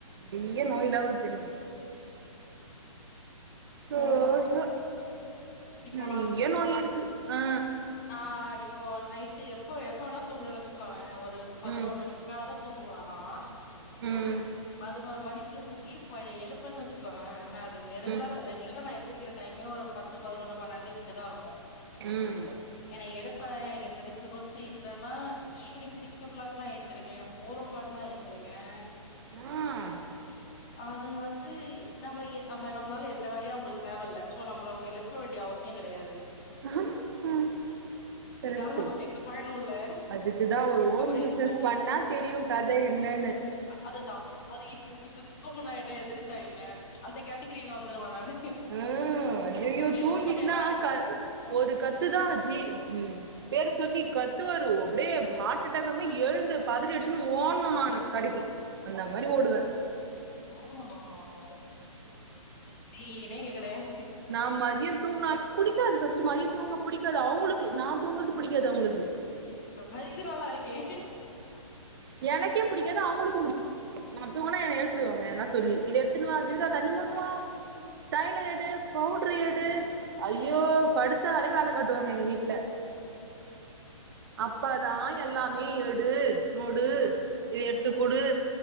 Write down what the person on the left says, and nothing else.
அதுதான்.
இப்போ
ஆ இப்போ நைட்டு எப்போ எப்ப வேணா தூங்குறன்னு வெச்சுக்கோவே ஒரு பதுனோரு
மணிக்கு மேலதா தூங்குவ நா
பதுனோரு மணிக்கு தூங்கி இப்போ என்ன எழுப்பண்ணு வச்சுகோவே நா அது நெருகுலரா
ரெ குலரா நா எந்திரிக்கிற டைமே ஒரு பத்து பதினொன்னு பன்னெண்டு இப்டிதா இருக்கு
என்ன எலுப்ப எனக்கு எந்த டிஸ்டப்பன்ஸு இல்லன்னா ஈவ்னிங் சிக்ஸ் ஓ கிளாக்லா ஏஞ்ச்சிருக்கே ஃபோர் ஓ கிளாக்லா ஏஞ்ச்சிருக்கே
அது வந்து நம்ம எ நம்ம நம்மளால எந்த வேலையு அவுங்களுக்கு தேவெல்ல சோ நம்மள அவங்க எழு ப்ப வேண்டிய அவசியோ கெடையாது
இதால நமக்கு எந்த பயனு இல்ல
அப்புறோ இது
தூங்குனா
அ அதுதா அது இப்ப இப்ப து தூங்குனா என்ன எந்திரிச்சா என்ன அந்த கேட்டகிரில வந்துருவ நானு
எழுந்து
மட்டு என்னா பண்ண
போது
நோ நோ நோ நோ சீனே இங்க கெடையாது
ஆ இது நல்லா இருக்கே